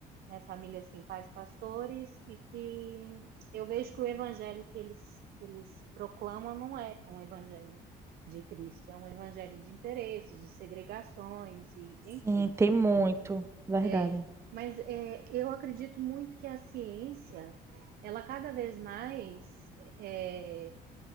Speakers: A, on the right (about 65°); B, on the right (about 15°).
A: né, família assim, pais pastores, e que eu vejo que o evangelho que eles, que eles proclamam não é um evangelho de Cristo, é um evangelho de interesses, de segregações, e enfim.
B: sim, tem muito, verdade.
A: É, mas é, eu acredito muito que a ciência, ela cada vez mais é,